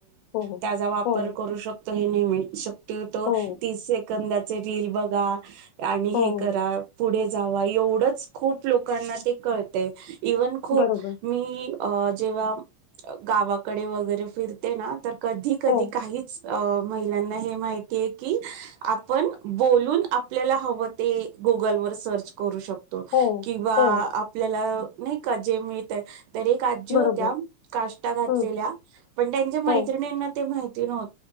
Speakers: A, on the left; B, on the right.
A: हो,
B: त्याचा वापर
A: हो,
B: करू शकतो हे नाही शक्यतो
A: हो,
B: तीस सेकंद रील बघा आणि हे
A: हो.
B: करा पुढे जावा एवढंच खूप लोकांना ते कळतय इव्हन खूप
A: बरोबर.
B: मी अ जेव्हा गावाकडे वगैरे फिरते ना तर कधी कधी
A: हो,
B: काहीच अ महिलांना हे माहितीय की आपण बोलून आपल्याला हवं ते गुगल वर सर्च करू शकतो
A: हो,
B: किंवा
A: हो.
B: आपल्याला नाही का जे मिळतय तरक आजी
A: बरोबर.
B: होत्या काष्टा घातलेल्या
A: हं.
B: पण त्यांच्या मै
A: हो,
B: मा